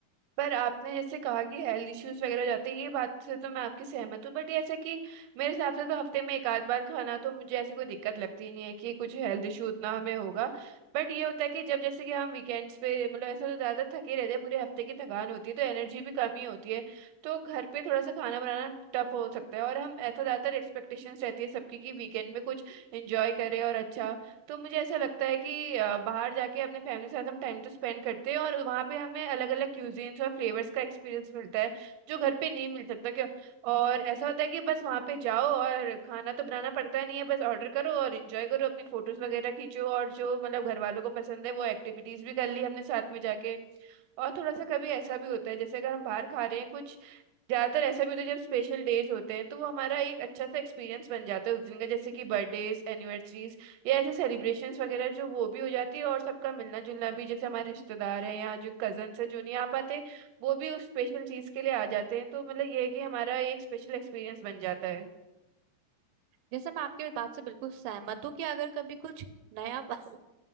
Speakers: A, on the right; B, on the right.
A: पर आपने जैसे कहा कि हेल्थ इश्यूज वगैरह हो जाते हैं ये बात से तो मैं आपकी सहमत हूँ बट ये ऐसा कि मेरे हिसाब से तो हफ्ते में एक आध बार खाना तो मुझे ऐसी कोई दिक्कत लगती ही नहीं है कि कुछ हेल्थ इशू उतना हमें होगा बट ये होता है कि जब जैसे कि हम वीकेंड्स पे मतलब ऐसा तो ज़्यादा थके रहते हैं पूरे हफ्ते की थकान होती है तो एनर्जी भी कम ही होती है तो घर पे थोड़ा सा खाना बनाना टफ हो सकता है और हम ऐसा ज़्यादातर एक्सपेक्टेशंस रहती है सबकी कि वीकेंड में कुछ इंजॉय करें और अच्छा तो मुझे ऐसा लगता है कि अ, बाहर जाके अपने फैमिली के साथ हम टाइम तो स्पेंड करते हैं और वहाँ पे हमें अलग अलग क्यूजीन्स और फ्लेवर्स का एक्सपीरियंस मिलता है जो घर पे नहीं मिल सकता क्यों और ऐसा होता है कि बस वहाँ पे जाओ और खाना तो बनाना पड़ता नहीं है बस ऑर्डर करो और इंजॉय करो अपनी फोटोज वगैरह खींचो और जो मतलब घर वालों को पसंद है वो एक्टिविटीज भी कर ली हमने साथ में जाके और थोड़ा सा कभी ऐसा भी होता है जैसे अगर हम बाहर खा रहे हैं कुछ ज्यादातर ऐसा भी होता है जब स्पेशल डेज होते हैं तो वो हमारा एक अच्छा सा एक्सपीरियंस बन जाता है उस दिन का जैसे कि बर्थडेज एनिवर्सरीज या ऐसे सेलिब्रेशंस वगैरह जो वो भी हो जाती है और सबका मिलना जुलना भी जैसे हमारे रिश्तेदार हैं या जो कजन्स हैं जो नहीं आ पाते वो भी उस स्पेशल चीज के लिए आ जाते हैं तो मतलब ये है कि हमारा एक स्पेशल एक्सपीरियंस बन जाता है
B: जैसे मैं आपकी बात से बिल्कुल सहमत हूँ कि अगर कभी कुछ नया <laughs>